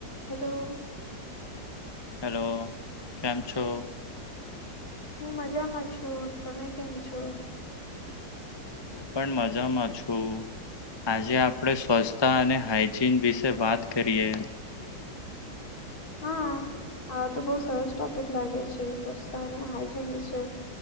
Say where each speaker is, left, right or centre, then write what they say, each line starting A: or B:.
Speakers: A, on the left (about 60°); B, on the left (about 20°).
A: Hello.
B: Hello કેમ છો.
A: હું મજામાં છું તમે કેમ છો.
B: હું પણ મજામાં છું આજે આપણે સ્વચ્છ તા અને હાઇજીન વિશે વાત કરીએ.
A: હા આ તો બહ સરસ ટોપિક લાગે છે સ્વસ્થ અને હાઈજીન વિશે.